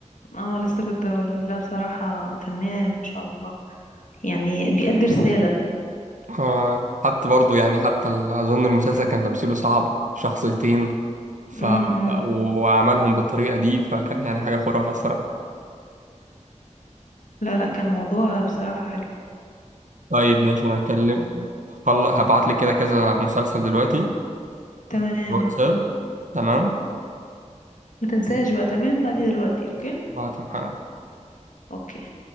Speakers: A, on the left; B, on the right.
A: اه لسه كنت هقول لك لا بصراحة فنان ما شاء الله يعني بيأدي رسالة
B: آه حتى برضو يعني حتى ال- أظن المسلسل كان تمثيله صعب شخصيتين ف
A: امم
B: وعملهم بالطريقة دي فكان يعني حاجة خرافة الصراحة
A: لا لا كان موضوع بصراحة حلو
B: طيب ماشي أنا هكلم هبعت لك كده كذا مسلسل دلوقتي
A: تمام
B: واتساب تمام
A: ما تنساش بقى تمام بعد دلوقتي اوكي
B: هبعتهم حالا
A: اوكي